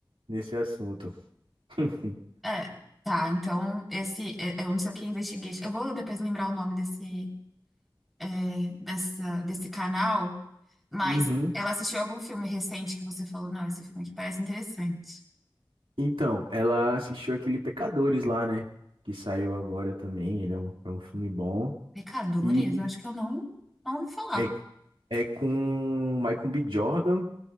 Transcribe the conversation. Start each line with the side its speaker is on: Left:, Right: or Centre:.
Right: nesse assunto. <laughs>
Centre: É, tá, então esse, é, é, eu não sei o que investiguei. Eu vou depois lembrar o nome desse, é, dessa, desse canal, mas
Right: Uhum.
Centre: ela assistiu algum filme recente que você falou, não, esse filme aqui parece interessante.
Right: Então, ela assistiu aquele Pecadores lá, né? Que saiu agora também. Ele é um, é um filme bom.
Centre: Pecadores?
Right: E
Centre: Eu acho que eu não, não ouvi falar.
Right: É, é com o Michael B. Jordan